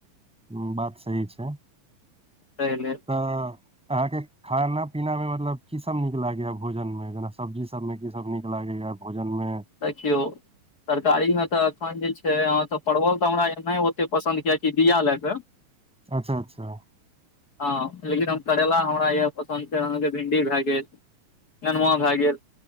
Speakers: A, in the centre; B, on the left.
A: हँ, बात सही छै।
B: पहले
A: त अहाँके खाना पीना मे मतलब की सब नीक लागे या भोजन मे जेना सब्जी सब में की सब नीक लागे या भोजन मे
B: देखियौ तरकारी मे तऽ अखन जे छै, अहाँके परवल तऽ हमरा ओते पसन्द नहि छै, किएक तँ बीया लाय क
A: अच्छा अच्छा
B: हँ लेकिन हम करैेल हमरा यए पसन्द छै अहाँके भिंडी भए गेल नेनुआ भए गेल